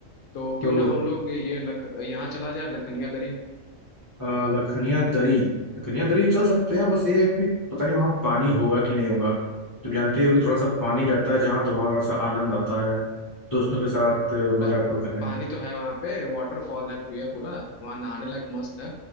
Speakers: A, on the left (about 80°); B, on the left (about 20°).
A: तो क्यों
B: तो
A: ना हम लोग ये लख यहाँ चला जाए लखनिया दरी
B: अ, लखनिया दरी लखनिया दरी चल सकते हैं बस ये है कि पता नहीं वहाँ पानी होगा कि नहीं होगा तुम जानते ही हो कि थोड़ा सा पानी रहता है जहाँ तो वहाँ थोड़ा सा आनंद आता है दोस्तों के साथ अ, मजा
A: पा,
B: आपको करने में
A: पानी तो है वहाँ पे वाटरफॉल है भैया पूरा वहाँ नहाने लायक मस्त है